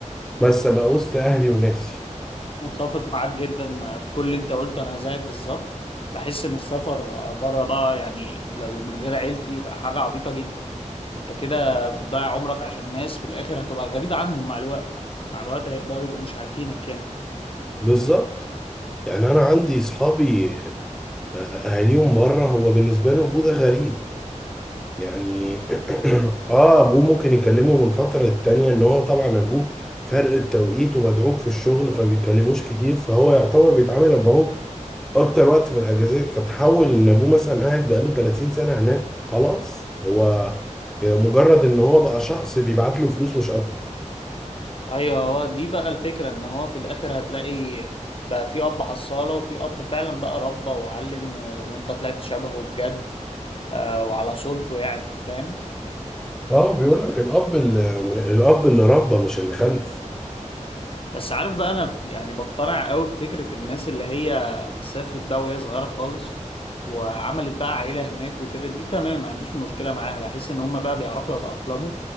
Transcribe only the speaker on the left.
متفق معاك جدا في كل اللي انت قلته انا زيك بالظبط بحس ان السفر بره ده يعني لو من غير عيلتي يبقى حاجة عبيطة جدا انت كده بتضيع عمرك عشان ناس في الاخر هتبقى غريب عنهم مع الوقت مع الوقت هيبدأوا يبقوا مش عارفينك يعني
ايوه هو دي بقى الفكره ان هو في الاخر هتلاقي بقى في اب حصاله وفي اب فعلا بقى ربى وعلم و... وانت طلعت شبهه بجد آه وعلى صورته يعني فاهم
بس عارف بقى انا يعني بقتنع قوي بفكرة الناس اللي هي سافرت بقى وهي صغيرة خالص وعملت بقى عيلة هناك وكده دي تمام ما عنديش مشكلة معاها بحس ان هم بقى بيعرفوا يتأقلموا